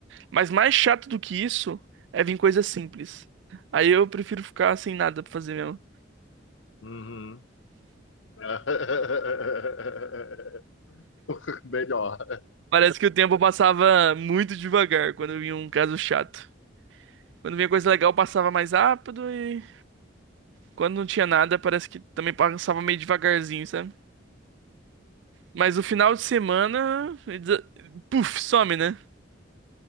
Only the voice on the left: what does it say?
Uhum. <laughs> Melhor.